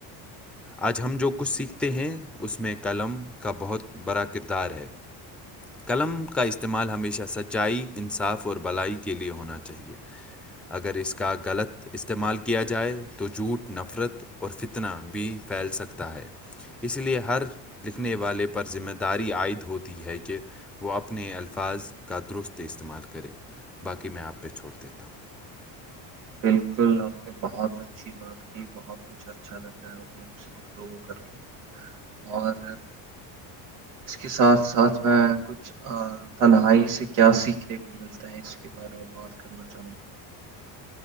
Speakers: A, on the right; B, in the centre.
A: <unintelligible>
B: آج ہم جو کچھ سیکھتے ہیں اس میں قلم کا بہت بڑا کردار ہے قلم کا استعمال ہمیشہ سچائی انصاف اور بلائی کے لئے ہونا چاہیے اگر اس کا غلط استعمال کیا جائے تو جھوٹ نفرت اور فتنا بھی پھیل سکتا ہے اس لیے ہر لکھنے والے پر ذمہ داری عائد ہوتی ہے کہ وہ اپنے الفاظ کا درست استعمال کرے باقی میں آپ پہ چھوڑ دیتا ہوں
A: بالکل آپ نے بہت اچھی بات کی بہت مجھے اچھا لگ رہا ہے اپنے آپ سے گفتگو کر کے اور اس کے ساتھ ساتھ میں کچھ تنہائی سے کیا سیکھنے کو ملتا ہے اس کے بارے میں بات کرنا چاہوں گا